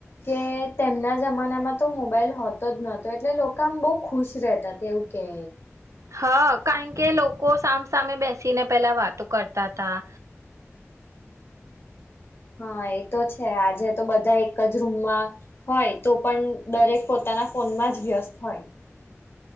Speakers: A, on the left; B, on the right.
A: કે તેમના જમાનામાં તો મોબાઈલ હોતો જ નહતો એટલે લોકો આમ બહ ખુશ રહેતા તે એવું કહે.
B: હા કારણ કે લોકો સામસામે બેસીને પેલા વાતો કરતા હતા.
A: હા એ તો છે આજે તો બધા એક જ રૂમમાં હોય તો પણ દરેક પોતાના ફોનમાં જ વ્યસ્ત હોય.